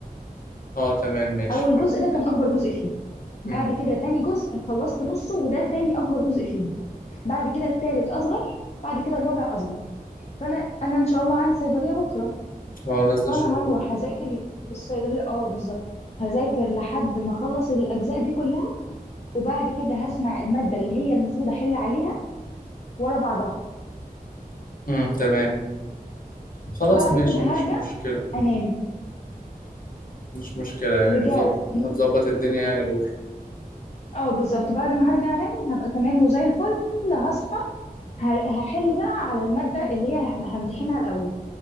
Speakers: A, on the left; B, on the left.
A: اه تمام ماشي
B: اول
A: فهمت
B: جزء ده كان اكبر جزء فيهم بعد
A: امم
B: كده تاني جزء خلصت نصه وده تاني اكبر جزء فيهم بعد كده التالت اصغر بعد كده الرابع اصغر فانا انا ان شاء الله عندي صيدليه بكره
A: هو نازل
B: فانا
A: الشغل
B: هروح هذاكر في الصيدليه اه بالظبط هذاكر لحد ما اخلص الاجزاء دي كلها وبعد كده هسمع الماده اللي هي المفروض احل عليها ورا بعضها
A: امم تمام خلاص
B: بعد
A: ماشي
B: كده هرجع
A: مش مشكلة
B: انام
A: مش مشكلة يعني
B: رجعت
A: ظبط هتظبط الدنيا يعني بكرة
B: اه بالظبط بعد ما هرجع انام هبقى تمام وزي الفل هصحى ه- هحل بقى على المادة اللي هي هح- همتحنها الأول